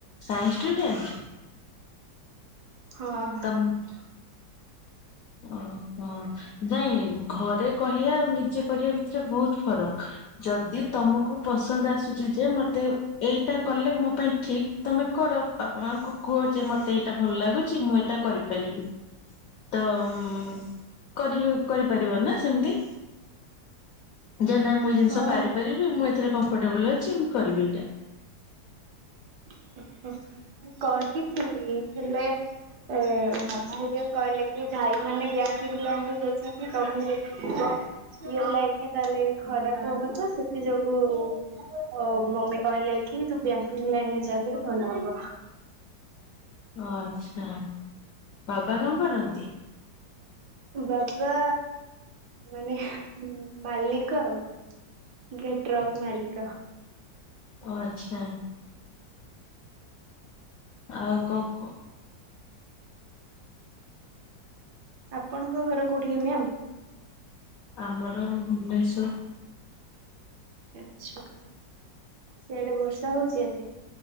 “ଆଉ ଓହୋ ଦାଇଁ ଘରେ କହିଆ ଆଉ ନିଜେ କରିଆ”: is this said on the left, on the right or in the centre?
Left